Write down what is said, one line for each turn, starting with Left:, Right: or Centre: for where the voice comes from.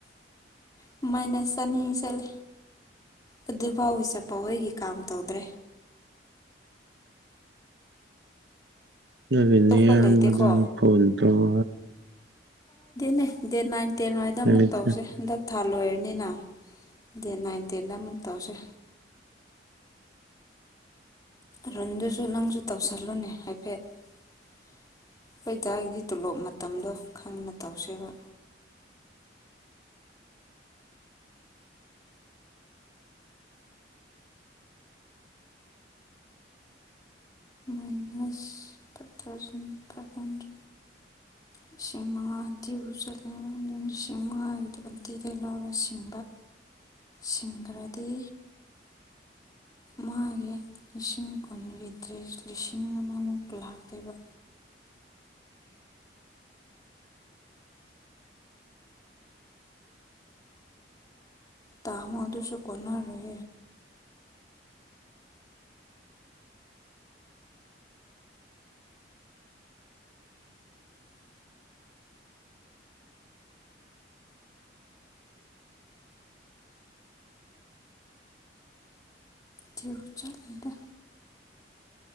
Left: ꯃꯃꯥꯏꯅ ꯆꯅꯤ ꯆꯠꯂꯦ ꯑꯗꯨꯐꯥꯎꯋꯤ ꯆꯠꯄꯥꯎꯍꯣꯏꯒꯤ ꯀꯥꯡ ꯇꯧꯗ꯭ꯔꯦ
Right: ꯉꯔꯤꯅꯦ
Left: ꯑꯇꯣꯞꯄ
Right: ꯑꯌꯥꯝꯕꯗ
Left: ꯂꯩꯇꯦꯀꯣ
Right: ꯐꯣꯟ ꯇꯧ
Left: ꯅꯦ ꯏꯦ ꯅ ꯇꯦꯟꯋꯥꯏꯗ ꯑꯃꯨꯛ
Right: ꯂꯩꯇꯦ
Left: ꯇꯧꯁꯦ ꯍꯟꯗꯛ ꯊꯥ ꯂꯣꯏꯔꯅꯤꯅ ꯗꯦꯠ ꯅꯥꯏꯟ ꯇꯦꯟꯗ ꯑꯃꯨꯛ ꯇꯧꯁꯦ ꯔꯨꯟꯗꯨꯁꯨ ꯅꯪꯁꯨ ꯇꯧꯁꯜꯂꯨꯅꯦ ꯍꯥꯏꯐꯦꯠ ꯑꯩꯣꯏꯗꯥꯏꯗꯤ ꯇꯣꯂꯣꯞ ꯃꯇꯝꯗꯣ ꯈꯪꯅ ꯇꯧꯁꯦꯕ minus five thousand five hundred ꯂꯤꯁꯤꯡ ꯃꯉꯥꯗꯤ ꯎ ꯆꯜꯂꯦ ꯂꯤꯁꯤꯡ ꯃꯉꯥꯒꯤ ꯇꯋꯦꯟꯇꯤꯗ ꯂꯧꯔ ꯁꯤꯡꯕ ꯁꯤꯡꯈ꯭ꯔꯗꯤ ꯃꯥꯒꯤ ꯂꯤꯁꯤꯡ ꯀꯨꯟꯒꯤ ꯂꯤꯁꯤꯡ ꯑꯃꯃꯨꯛ ꯂꯥꯛꯇꯣꯏꯕ ꯇꯥꯃ ꯑꯗꯨꯁꯨ ꯀꯣꯅꯥꯔꯦ ꯊ ꯆꯂꯗ